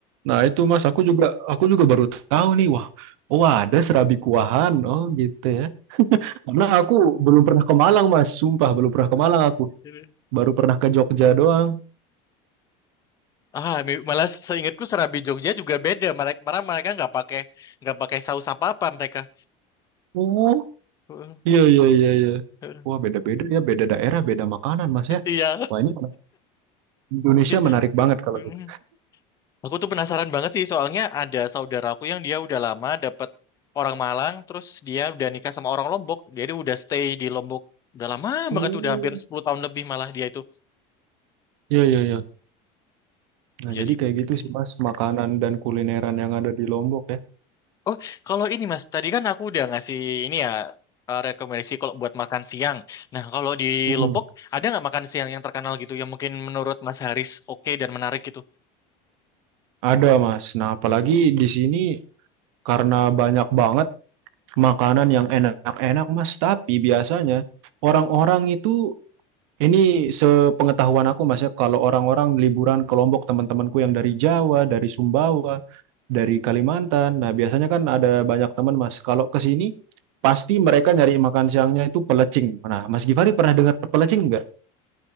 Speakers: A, on the right; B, on the left.
A: Nah itu mas, aku juga aku juga baru tahu nih. Wah, oh ada serabi kuahan. Oh gitu ya. Karena aku belum pernah ke Malang mas, sumpah belum pernah ke Malang aku.
B: Bre.
A: Baru pernah ke Jogja doang.
B: Ah, me- malah seingatku serabi Jogja juga beda. Mereka malah mereka nggak pakai nggak pakai saus apa-apa mereka.
A: Oh
B: Heeh,
A: iya iya iya iya.
B: heeh.
A: Wah beda-beda ya, beda daerah, beda makanan mas ya.
B: Iya.
A: Wah ini Indonesia
B: <laughs>
A: menarik
B: Ih,
A: banget kalau
B: mm.
A: gitu.
B: Aku tuh penasaran banget sih soalnya ada saudara aku yang dia udah lama dapat orang Malang terus dia udah nikah sama orang Lombok. Jadi udah stay di Lombok udah lama
A: Hmm.
B: banget udah hampir 10 tahun lebih malah dia itu
A: Ya, ya, ya. Nah,
B: menjadi
A: jadi kayak gitu
B: ini.
A: sih, Mas, makanan dan kulineran yang ada di Lombok ya.
B: Oh, kalau ini Mas, tadi kan aku udah ngasih ini ya eh, rekomendasi kalau buat makan siang. Nah, kalau di
A: Hmm.
B: Lebok ada nggak makan siang yang terkenal gitu yang mungkin menurut Mas Haris oke dan menarik gitu?
A: Ada, Mas. Nah, apalagi di sini karena banyak banget makanan yang enak-enak, Mas. Tapi biasanya orang-orang itu, ini sepengetahuan aku, Mas, ya, kalau orang-orang liburan ke Lombok, teman-temanku yang dari Jawa, dari Sumbawa, dari Kalimantan. Nah, biasanya kan ada banyak teman, Mas. Kalau ke sini, pasti mereka nyari makan siangnya itu pelecing. Nah, Mas Gifari pernah dengar pelecing nggak?